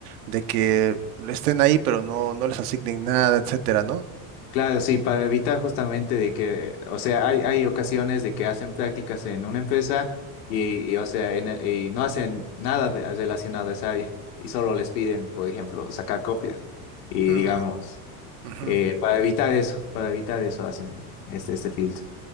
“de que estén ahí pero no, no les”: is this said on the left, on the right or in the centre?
Right